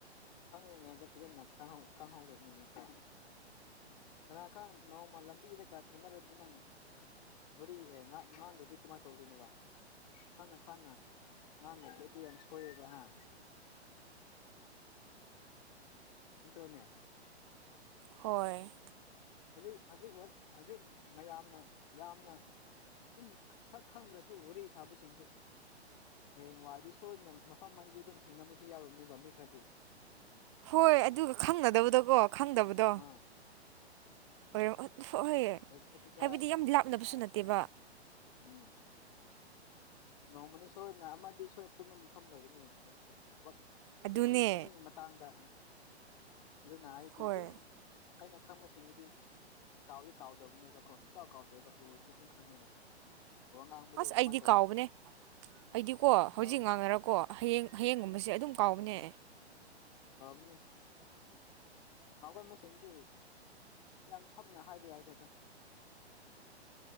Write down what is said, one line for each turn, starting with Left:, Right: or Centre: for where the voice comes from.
Left: ꯈꯪꯔꯤꯉꯩꯗ ꯐꯖꯅ ꯈꯥꯍꯧ ꯈꯪꯍꯧꯔꯕꯅꯤ ꯅꯠꯇ꯭ꯔꯥ ꯀꯅꯥꯈꯪ ꯅꯣꯡꯃ ꯂꯝꯕꯤꯗꯀꯥ ꯊꯦꯡꯅꯔꯗꯤ ꯅꯪ ꯈꯠ ꯋꯥꯔꯤ ꯑꯦ ꯉꯥꯡ ꯉꯥꯡꯗꯗꯤ ꯀꯃꯥꯏ ꯇꯧꯗꯣꯏꯅꯣꯕ ꯈꯪꯅ ꯈꯟꯅ ꯉꯥꯟꯗꯞꯗꯨꯗꯤ ꯌꯥꯝ ꯁꯣꯏꯌꯦꯕ ꯍꯥ ꯏꯪꯇꯣꯅꯦ
Right: ꯍꯣꯏ
Left: ꯍꯧꯖꯤꯛ ꯍꯧꯖꯤꯛ ꯍꯧ ꯍꯧꯖꯤꯛ ꯃꯌꯥꯝꯅ ꯌꯥꯝꯅ ꯗꯨꯝ ꯁꯛ ꯈꯪꯗ꯭ꯔꯁꯨ ꯋꯥꯔꯤ ꯁꯥꯕꯁꯤꯡꯁꯦ ꯍꯌꯦꯡ ꯋꯥꯏꯗꯤ ꯁꯣꯏꯗꯅ ꯃꯐꯝ ꯑꯃꯗꯤ ꯑꯗꯨꯝ ꯊꯦꯡꯅꯕꯁꯨ ꯌꯥꯎꯔꯝꯅꯦꯕ ꯃꯤ ꯈꯔꯗꯤ
Right: ꯍꯣꯏ ꯑꯗꯨꯒ ꯈꯪꯅꯗꯕꯗꯀꯣ ꯈꯪꯗꯕꯗꯣ
Left: ꯑꯥ
Right: ꯑꯣꯏꯔꯝ ꯑꯥ ꯍꯣꯏꯍꯣꯏꯌꯦ
Left: ꯂꯦꯞꯄꯗꯨꯗ
Right: ꯗꯤ ꯌꯥꯝ ꯂꯥꯞꯅꯕꯁꯨ ꯅꯠꯇꯦꯕ
Left: ꯎꯝ ꯅꯣꯡꯃꯅꯤ ꯁꯣꯏꯗꯅ ꯑꯃꯗꯤ ꯑꯩꯈꯣꯏ ꯄꯨꯨꯝꯅ ꯃꯐꯝ ꯂꯩꯒꯅꯤ <unintelligible>
Right: ꯑꯗꯨꯅꯦ
Left: ꯑꯦꯅꯤ ꯑꯦꯅꯤ ꯃꯇꯥꯡꯗ ꯑꯗꯨꯅ ꯑꯩꯗꯤ
Right: ꯍꯣꯏ
Left: ꯑꯗꯨꯝ ꯑꯩꯅ ꯈꯪꯕꯁꯤꯡꯗꯨꯗꯤ ꯀꯥꯎꯗꯤ ꯀꯥꯎꯗꯕ ꯗ ꯀꯣ ꯀꯥꯎ ꯀꯥꯎꯗꯕ ꯎꯑꯣꯏꯁꯨ ꯗꯨꯝ ꯈꯪꯉꯦꯕ ꯋꯥ ꯉꯥꯡꯕꯗꯣ
Right: ꯑꯁ
Left: ꯀꯃꯥꯏꯅ
Right: ꯑꯩꯗꯤ
Left: ꯇꯧꯒꯦ
Right: ꯀꯥꯎꯕꯅꯦ ꯑꯩꯗꯤꯀꯣ
Left: ꯎꯝ
Right: ꯍꯧꯖꯤꯛ
Left: ꯀꯥꯎꯔꯝꯅꯤ
Right: ꯉꯥꯡꯅꯔꯀꯣ ꯍꯌꯦꯡ ꯍꯌꯦꯡꯒꯨꯝꯕꯁꯦ ꯑꯗꯨꯝ ꯀꯥꯎꯕꯅꯦ
Left: ꯑꯝꯅꯤ ꯀꯥꯎꯒꯟꯕ ꯁꯤꯡꯗꯤ ꯌꯥꯝ ꯁꯝꯅ ꯍꯥꯏꯕ ꯌꯥꯏꯗ ꯑꯗꯨꯝ